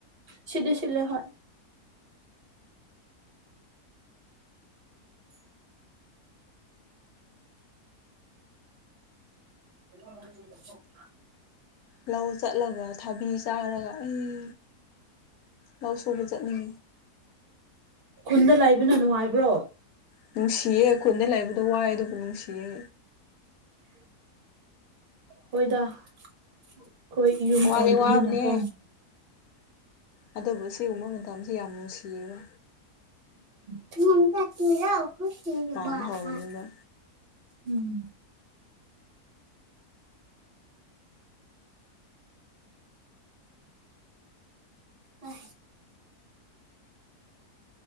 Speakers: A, on the right; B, on the left.
A: ꯁꯤꯗ ꯁꯤꯂ ꯍ <inaudible>
B: ꯂꯧ ꯆꯠꯂꯒ ꯊꯕꯤ ꯆꯥꯔꯒ ꯑꯩ ꯂꯎ ꯁꯨ ꯖꯠꯅꯤ
A: ꯈꯨꯟꯗ ꯂꯩꯕꯅ ꯅꯨꯡꯉꯥꯏꯕ꯭ꯔꯣ
B: ꯅꯨꯡꯁꯤꯌꯦ ꯈꯨꯟꯗ ꯂꯩꯕꯗ ꯋꯥꯏ ꯑꯗꯨꯕꯨ ꯅꯨꯡꯁꯤꯌꯦ
A: ꯑꯣꯏꯣꯏꯗ ꯑꯩꯈꯣꯏ ꯌꯨꯝ
B: ꯋꯥꯗꯤ
A: ꯑꯣꯏꯕꯅꯤꯅꯀꯣ
B: ꯋꯥꯕꯅꯦ ꯑꯗꯨꯕꯨ ꯁꯤꯒꯨꯝꯕ ꯃꯇꯝꯁꯤ ꯌꯥꯝ ꯅꯨꯡꯁꯤꯌꯦꯔ
A: ꯊ ꯆꯔꯈ
B: ꯄꯥꯝꯕ ꯍꯧꯔꯅꯤꯕ
A: ꯎꯝ ꯑ